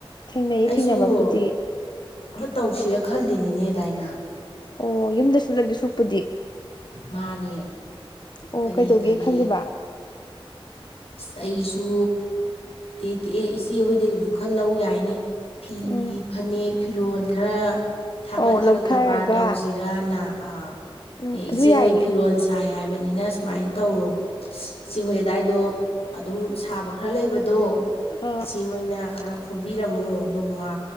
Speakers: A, on the left; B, on the left.
A: ꯊꯦꯡꯅꯩꯌꯦ
B: ꯑꯩꯁꯨ
A: ꯊꯦꯡꯅꯕꯕꯨꯗꯤ
B: ꯑꯃ ꯇꯧꯁꯤꯔ ꯈꯜꯂꯤꯅꯤꯅꯦ ꯑꯗꯥꯏꯅ
A: ꯑꯣ ꯌꯨꯝꯗ ꯁꯅꯗꯤ ꯁꯣꯛꯄꯨꯗꯤ
B: ꯃꯥꯅꯦ
A: ꯑꯣ
B: ꯀꯔꯤ
A: ꯀꯩꯗꯧꯒꯦ
B: ꯀꯔꯤ
A: ꯈꯜꯂꯤꯕ
B: ꯑꯁ ꯑꯩꯁꯨ ꯇꯦꯛ ꯇꯦꯛ ꯏꯆꯦ ꯍꯣꯏꯗꯩꯕꯨ ꯈꯔ ꯂꯧ ꯌꯥꯏꯅꯦ ꯐꯤ
A: ꯎꯝ
B: ꯐꯅꯦꯛ ꯐꯤꯔꯣꯜ ꯈꯔ ꯊꯥꯒꯠꯂꯒ
A: ꯑꯧ ꯂꯧꯊꯔꯒ
B: ꯀꯔꯕꯥꯔ ꯇꯧꯁꯤꯔꯅ ꯑ
A: ꯎꯝ
B: ꯑꯦ ꯏꯆꯦꯍꯣꯏ
A: ꯑꯗꯨ ꯌꯥꯏꯌꯦ
B: ꯐꯤꯔꯣꯜ ꯁꯥꯏ ꯍꯥꯏꯕ ꯍꯥꯏꯕꯅꯤꯅ ꯁꯨꯃꯥꯏꯅ ꯇꯧꯔꯣ ꯏꯆꯦꯍꯣꯏ ꯑꯗꯨꯋꯥꯏꯗꯣ ꯑꯗꯨꯝ ꯁꯥꯕ ꯈꯔ ꯂꯩꯕꯗꯣ
A: ꯑꯥ
B: ꯏꯆꯦꯍꯣꯏꯅ ꯈꯔ ꯈꯣꯝꯕꯤꯔꯝꯃꯣ ꯅꯣꯡꯃ